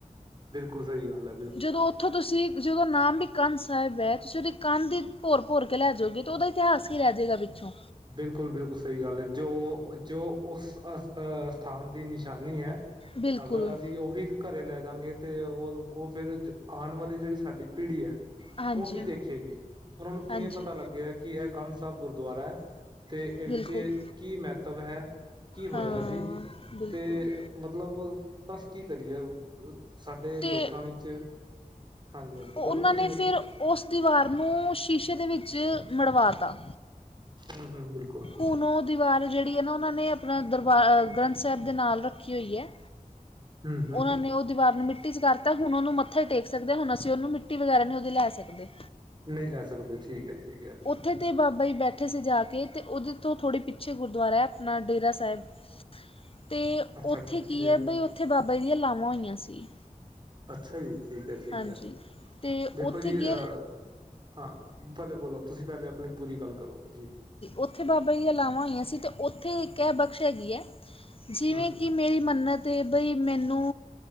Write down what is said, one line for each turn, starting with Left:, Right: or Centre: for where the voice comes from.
Right: ਬਿਲਕੁਲ ਸਹੀ ਗੱਲ ਐ।
Left: ਜਦੋਂ ਉੱਥੋਂ ਤੁਸੀਂ ਜਦੋਂ ਨਾਮ ਵੀ ਕੰਧ ਸਾਹਿਬ ਐ, ਤੁਸੀਂ ਉਹਦੀ ਕੰਧ ਈ ਭੋਰ ਭੋਰ ਕੇ ਲੈ ਜਾਉਗੇ, ਤਾਂ ਉਹਦਾ ਇਤਿਹਾਸ ਹੀ ਰਹਿ ਜਾਵੇਗਾ ਪਿੱਛੋਂ।
Right: ਬਿਲਕੁਲ ਬਿਲਕੁਲ ਸਹੀ ਗੱਲ ਐ, ਜੋ ਜੋ ਉਸ ਅ ਅਹ ਸਥਾਨ ਦੀ ਨਿਸ਼ਾਨੀ ਐ।
Left: ਬਿਲਕੁਲ
Right: ਅਗਰ ਅਸੀਂ ਉਹੀ ਘਰੇ ਲੈ ਜਾਂਗੇ, ਤੇ ਉਹ ਉਹ ਫਿਰ ਆਉਣ ਵਾਲੀ ਜਿਹੜੀ ਸਾਡੀ ਪੀੜ੍ਹੀ ਐ।
Left: ਹਾਂਜੀ
Right: ਉਹ ਕੀ ਦੇਖੇਗੀ, ਉਹਨਾਂ ਨੂੰ ਕਿਵੇਂ
Left: ਹਾਂਜੀ
Right: ਪਤਾ ਲੱਗਿਆ ਕਿ ਇਹ ਕੰਧ ਸਾਹਿਬ ਗੁਰਦੁਆਰਾ ਐ। ਤੇ ਇਸ
Left: ਬਿਲਕੁਲ
Right: ਵਿੱਚ ਕੀ ਮਹੱਤਵ ਹੈ, ਕੀ ਹੋਇਆ
Left: ਹਾਂ
Right: ਸੀ
Left: ਬਿਲਕੁਲ
Right: ਤੇ ਮਤਲਬ ਬਸ ਕੀ ਕਰੀਏ, ਸਾਡੇ
Left: ਤੇ
Right: ਲੋਕਾਂ ਵਿੱਚ ਹਾਂਜੀ ਹਾਂਜੀ
Left: ਉਹਨਾਂ
Right: ਬੋਲੋ ਤੁਸੀਂ
Left: ਨੇ
Right: ਬੋਲੋ
Left: ਫਿਰ, ਉਸ ਦੀਵਾਰ ਨੂੰ ਸ਼ੀਸ਼ੇ ਦੇ ਵਿੱਚ ਮੜਵਾ ਤਾ।
Right: ਹੂੰ-ਹੂੰ ਬਿਲਕੁਲ।
Left: ਹੁਣ ਉਹ ਦੀਵਾਰ ਜਿਹੜੀ ਹੈ। <unintelligible> ਨਾ ਉਹਨਾਂ ਨੇ ਆਪਣਾ ਦਰਬਾਰ ਗ੍ਰੰਥ ਸਾਹਿਬ ਦੇ ਨਾਲ ਰੱਖੀ ਹੋਈ ਹੈ
Right: ਹਮ ਹਮ
Left: ਉਨ੍ਹਾਂ ਨੇ ਉਹ ਦੀਵਾਰ ਨੂੰ ਮਿੱਟੀ- ਮਿੱਟੀ 'ਚ ਕਰਤਾ ਹੁਣ ਉਹਨੂੰ ਮੱਥਾ ਟੇਕ ਸਕ ਹੁਣ ਅਸੀ ਉਹਨੂੰ ਮਿੱਟੀ ਵਗੈਰਾ ਨਹੀ ਉਹ ਲੈ ਸਕਦੇ
Right: ਨਹੀ ਲੈ ਸਕਦੇ ਠੀਕ ਹੈ। ਠੀਕ ਹੈ।
Left: ਉਥੇ ' ਬਾਬਾ ਜੀ ਬੈਠੇ ਸੀ ਜਾ ਕੇ- ਅਤੇ ਉਹਦੇ ਤੋਂ ਥੋੜ੍ਹੇ ਪਿੱਛੇ ਗੁਰਦੁਆਰਾ ਹੈ। ਆਪਣਾ ਡੇਰਾ ਸਾਹਿਬ। ਅਤੇ
Right: ਅੱਛਾ
Left: ਉਥੇ ਕੀ
Right: ਡੇਰਾ
Left: ਹੈ
Right: ਸਾਹਿਬ
Left: ਬਈ ਉਥੇ ਬਾਬਾ ਜੀ ਦੀਆਂ ਲਾਵਾਂ ਹੋਈਆਂ ਸੀ।
Right: ਅਛਾ ਜੀ ਠੀਕ ਹੈ। ਠੀਕ
Left: ਹਾਂਜੀ
Right: ਹੈ।
Left: ਅਤੇ
Right: ਦੇਖੋ
Left: ਉੱਥੇ
Right: ਜੀ
Left: ਕੀ
Right: ਹਾਂ।
Left: ਹੈ
Right: ਪਲੇ ਬੋਲੋ ਤੁਸੀ ਪਹਿਲੇ ਆਪਣੀ ਪੂਰੀ ਗੱਲ ਕਰੋ ਜੀ
Left: ਉਥੇ ਬਾਬਾ ਜੀ ਲਲਾਵਾਂ ਹੋਈਆਂ ਸੀ ਅਤੇ ਉਥੇ ਇਕ ਇਹ ਬਖਸ਼ ਹੈਗੀ ਹੈ। ਜਿਵੇ
Right: ਹੂੰ
Left: ਕੀ ਮੇਰੀ ਮੰਨਤ ਹੈ ਬਈ ਮੈਨੂੰ